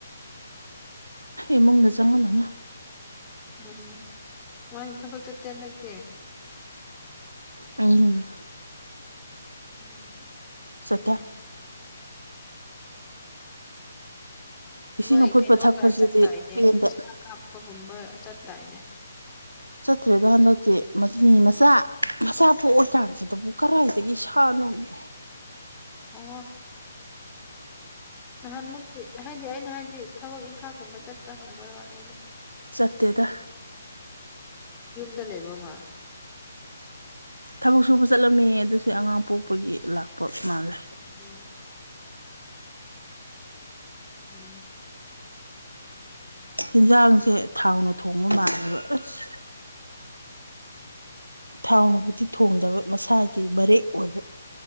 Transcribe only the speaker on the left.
ꯎꯝ ꯃꯥ ꯊꯕꯛ ꯆꯠꯇꯦꯅ ꯂꯇ꯫
ꯎꯝ
ꯐꯩꯅꯦ꯫
ꯃꯣꯏ
ꯀꯩꯅꯣꯒ
ꯆꯠꯇꯥꯥꯏꯅꯦ꯫
ꯆꯄꯒꯨꯝꯕ ꯆꯠꯇꯏꯅꯦ꯫
ꯑꯣ꯫ ꯅꯍꯥꯟꯃꯨꯛꯇꯤ ꯍꯥꯏꯗꯤ ꯑꯩꯅ ꯍꯥꯏꯗꯤ ꯊꯕꯛ ꯏꯪꯈꯥꯡꯒꯨꯝꯕ ꯆꯠꯄ꯭ꯔꯥ ꯍꯪꯕꯒꯤ ꯋꯥꯅꯦ꯫
ꯗ ꯂꯩꯕ꯭ꯔꯣꯃꯥ
ꯎꯝ ꯃꯤꯑꯣꯕꯤꯏꯏ